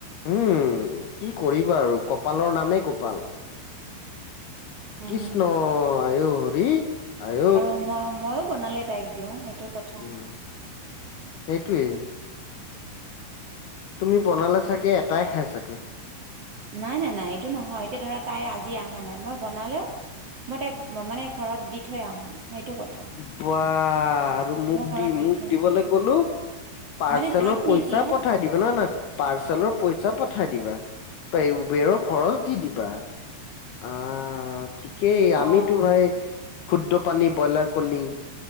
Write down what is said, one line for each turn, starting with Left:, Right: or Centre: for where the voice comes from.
Left: উম' কি কৰিবা আৰু কপালৰ নামেই গোপাল।
Right: উম
Left: কৃষ্ণ আইঔ হৰি। আঐ।
Right: আৰু মই ময়ো বনালে তাইক দিওঁ, সেইটো- কথা
Left: উম' সেইটোৱেই। তুমি বনালে চাগে এটাই খাই চাগে।
Right: নাই নাই নাই এইটো নহয়, এতিয়া ধৰা তাই আজি অহা নাই মই বনালেও- মই তাইক মানে ঘৰত দি থৈ আহোঁ। সেইটো কথা।
Left: বা আৰু মোক
Right: মই ঘৰত
Left: দি মোক
Right: থৈ
Left: দিবলে
Right: আহো
Left: ক'লো- পাৰ্চেলৰ
Right: মানে ভাত
Left: পইচা
Right: নিদিওঁ
Left: পঠাই- দিবলৈ নহয়, পাৰ্চেলৰ পইচা পঠাই দিবা উবেৰৰ খৰচ দি দিবা। অঁ ঠিকেই
Right: অ
Left: আমিতো ভাই ক্ষুদ্ৰ পানী ব্ৰইলাৰ কণী।